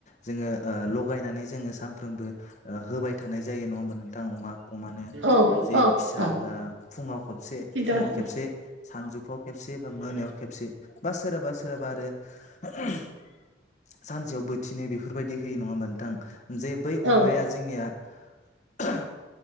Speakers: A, on the left; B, on the right.
A: जोङो ओ लगायनानै जोङो सानफ्रोमबो ओ होबाय थानाय जायो नङा होमबा नों थां अमा-अमानो
B: औ
A: जे फिसा
B: औ
A: ओ फुङाव खबसे
B: खिन्थागासिनो
A: फुङाव खेबसे सानजु फाव खेबसे बा मोनायाव खेबसे बा सोरहाबा सोराबा आरो <unintelligible> सानसेयाव बो थिनै बेफोरबायदि होयो नङा होमबा नोंथां जे बै
B: औ
A: अमाया जोंनिया <unintelligible>